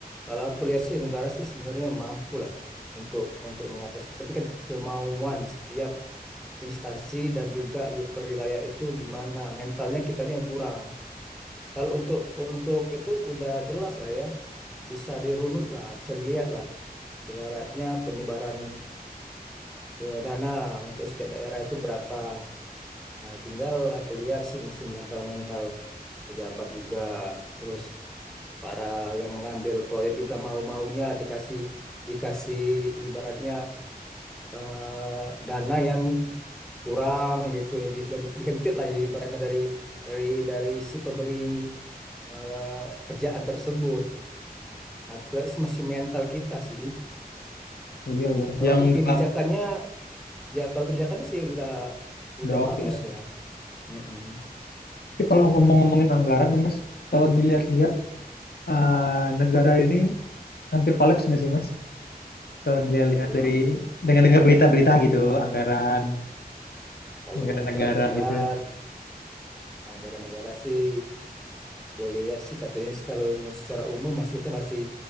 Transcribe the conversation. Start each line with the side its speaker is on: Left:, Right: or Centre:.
Centre: kalau aku lihat sih negara sih sebenarnya mampu lah untuk untuk mengatasi. Tapi kan kemauan setiap instansi dan juga perwilayah itu gimana mentalnya kita ini yang kurang. Kalau untuk untuk itu udah jelas lah ya, bisa dirunut lah, bisa dilihat lah. Ibaratnya penyebaran ya, dana untuk setiap daerah itu berapa. Nah, tinggal aku lihat sih masih mental-mental pejabat juga terus para yang mengambil proyek juga mau-maunya dikasih dikasih ibaratnya eh, dana yang kurang gitu yang di- sudah di- dikentit lah ibaratnya dari dari dari si pemberi eh, kerjaan tersebut. Nah, aku masih mental kita sih.
Left: iya ya.
Centre: Kalau
Left: Yang
Centre: untuk
Left: enggak
Centre: kebijakannya ya kalau kebijakannya sih udah
Left: udah
Centre: udah
Left: oke
Centre: bagus
Left: ya.
Centre: ya. Mm-mm.
Left: Tapi kalau ngomong-ngomongin anggaran nih, Mas, kalau dilihat-lihat eh, negara ini hampir kolaps nggak sih Mas? Kalau dilihat-lihat
Centre: Kalau
Left: dari
Centre: angg-
Left: dengar-dengar berita-berita
Centre: nah
Left: gitu, anggaran
Centre: kalau
Left: anggaran
Centre: untuk
Left: negara
Centre: anggaran
Left: gitu.
Centre: anggaran negara sih Gue lihat sih katanya sih kalau secara umum masih kita masih